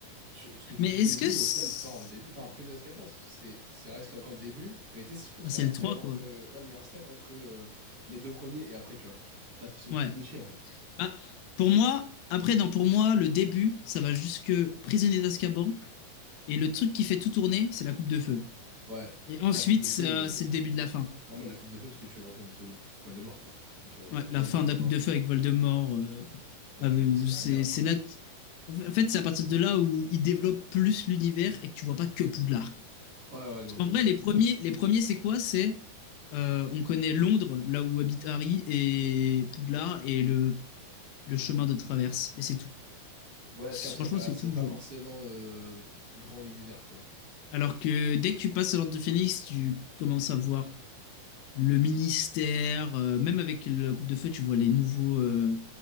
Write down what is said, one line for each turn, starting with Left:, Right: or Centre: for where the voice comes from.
Right: tu- parce que tu
Left: Mais
Right: dis
Left: est-ce
Right: début,
Left: que. C'est
Right: mais au final, c'est pas vraiment le début. Enfin, après, Nescamp, c'est, c'est reste encore le début. Mais tu sais, je trouve
Left: bah,
Right: qu'il
Left: c'est
Right: y a
Left: le
Right: un step
Left: 3
Right: entre,
Left: quoi.
Right: ouais, mais il y a un step entre euh, les deux premiers et après, tu vois. Parce qu'ils sont
Left: Ouais.
Right: plus petits, en fait.
Left: Bah, pour moi, après, non, pour moi, le début, ça va jusque prisonnier d'Azkaban. Et le truc qui fait tout tourner, c'est la coupe de feu.
Right: Ouais.
Left: Et ensuite,
Right: La coupe de
Left: ça-
Right: feu, euh,
Left: c'est le début de la fin.
Right: normal, la coupe de feu, parce que tu rencontres euh, Voldemort, quoi. Donc, euh,
Left: Ouais,
Right: tu
Left: la
Right: vois
Left: fin
Right: Voldemort.
Left: de la Coupe de
Right: et-
Left: Feu avec Voldemort. euh,
Right: Ouais,
Left: avec-
Right: tu te dis, c'est la
Left: c'est
Right: merde,
Left: c'est
Right: quoi.
Left: là. que- En fait, c'est à partir de là où il développe plus l'univers et que tu vois pas que Poudlard, quoi.
Right: Ouais, ouais, non,
Left: Parce
Right: de
Left: qu'en
Right: ouf.
Left: vrai, les premiers, les premiers, c'est quoi? C'est euh, on connaît Londres, là où habite Harry, et Poudlard et le, le chemin de traverse. Et c'est tout.
Right: Ouais,
Left: C'est-
Right: je capte,
Left: Franchement,
Right: ça fait,
Left: c'est
Right: ça
Left: tout,
Right: fait pas
Left: genre.
Right: forcément euh, grand univers, quoi.
Left: Alors que dès que tu passes à l'Ordre de Phénix, tu commences à voir. le ministère, euh, même avec la Coupe de Feu, tu vois les nouveaux, euh,